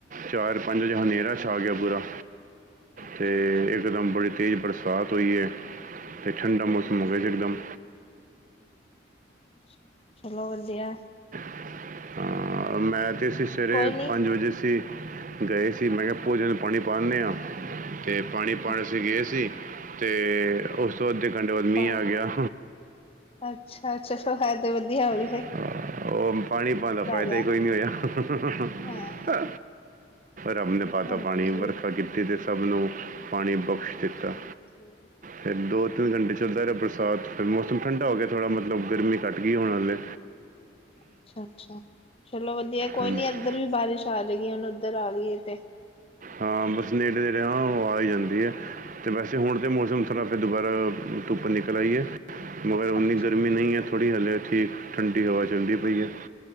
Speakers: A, on the right; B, on the left.
A: ਚਾਰ ਪੰਜ ਜਹਾ ਹਨੇਰਾ ਛਾ ਗਿਆ ਪੂਰਾ
B: ਅੱਛਾ
A: ਤੇ
B: ਅੱਛਾ
A: ਇਕਦਮ ਬੜੀ ਤੇਜ਼ ਬਰਸਾਤ ਹੋਈ ਹੈ ਅਤੇ ਠੰਡਾ ਮੌਸਮ
B: ਹਾਂਜੀ
A: ਹੋ ਗਿਆ 'ਕਦਮ
B: ਅੱਛਾ ਅੱਛਾ <unintelligible> ਚਲੋ ਵਧੀਆ
A: <unintelligible> ਅਤੇ <unintelligible> ਅਸੀਂ ਸਵੇਰੇ
B: ਕੋਈ ਨੀ
A: ਪੰਜ ਵਜੇ ਸੀ ਗਏ ਸੀ ਮੈਂ ਕਿਹਾ ਭੋਜਨ ਪਾਣੀ ਪਾਂਨੇ ਹਾਂ ਤੇ ਪਾਣੀ ਪਾਣੀ
B: ਅੱਛਾ
A: ਅਸੀਂ ਗਏ ਸੀ ਤੇ ਉਸ ਤੋਂ ਅੱਧੇ ਘੰਟੇ ਬਾਅਦ ਮੀਂਹ
B: ਬਸ
A: ਆ
B: <unintelligible>
A: ਗਿਆ
B: ਅੱਛਾ ਅੱਛਾ ਸਫ ਤੇ <unintelligible> ਵਧੀਆ ਹੋਵੇ <unintelligible>
A: ਅ ਉਹ ਪਾਣੀ ਪਾ ਦਾ ਫਾਇਦਾ
B: ਗਿਆ।
A: ਹੀ ਕੋਈ ਨੀ ਹੋਇਆ
B: ਹਾਂ
A: ਰੱਬ ਨੇ ਪਾਤਾ
B: ਹਾਂਜੀ
A: ਪਾਣੀ ਬਰਖਾ ਕੀਤੀ ਤੇ ਸਭ ਨੂੰ ਪਾਣੀ ਬਖਸ਼ ਦਿੱਤਾ
B: ਹਾਂਜੀ
A: ਫਿ ਦੋ ਤਿੰਨ ਘੰਟੇ ਚੱਲਦਾ ਰਿਹਾ ਬਰਸਾਤ ਫਿਰ ਮੌਸਮ ਠੰਡਾ ਹੋ ਗਿਆ ਥੋੜ੍ਹਾ ਮਤਲਬ ਗਰਮੀ ਘੱਟ ਗਈ ਹੋਣ ਹਾਲੇ
B: ਅੱਛਾ ਅੱਛਾ ਚਲੋ ਵਧੀਆ ਕੋਈ
A: ਹਾਂਜੀ
B: ਨੀ ਇੱਧਰ ਵੀ ਬਾਰਿਸ਼ ਆ ਜਾਏਗੀ ਹੁਣ ਉੱਧਰ ਆ ਗਈ ਏ ਤੇ
A: ਹਾਂ ਬਸ ਨੇੜ ਦੇ ਰਿਹਾ <unintelligible> ਓ ਆ ਈ ਜਾਂਦੀ ਹੈ ਤੇ ਵੈਸੇ ਤੇ ਹੁਣ ਦੇ ਮੌਸਮ ਥੋ੍ਹਾ <unintelligible> ਫਿਰ ਦੁਬਾਰਾ ਧੁੱਪ ਨਿਕਲ ਆਈ ਐ ਮਗਰ ਓਨੀ
B: ਅੱਛਾ ਅੱਛਾ
A: ਗਰਮੀ ਨਹੀਂ ਹੈਥੋੜੀ ਹਲੇ ਠੀਕ ਠੰਡੀ ਹਵਾ ਚਲਦੀ ਪਈ ਆ